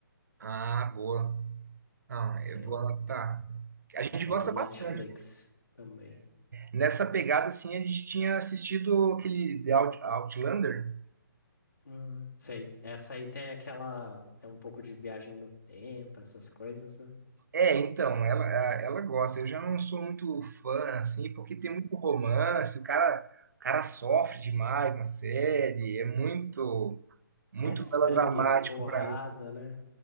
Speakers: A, on the right; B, on the left.
A: Ah, boa. Ah,
B: Tem
A: eu vou
B: lá.
A: anotar. A gente
B: Ela
A: gosta
B: é da Netflix
A: bastante.
B: também.
A: Nessa pegada, assim, a gente tinha assistido aquele The Out- Outlander.
B: Hum, sei. Essa aí tem aquela. Tem um pouco de viagem no tempo, essas coisas, né?
A: É, então, ela, a- ela gosta. Eu já não sou muito fã, assim, porque tem muito romance, o cara, o cara sofre demais na série, é muito, muito
B: É sangue,
A: melodramático
B: porrada,
A: pra mim.
B: né?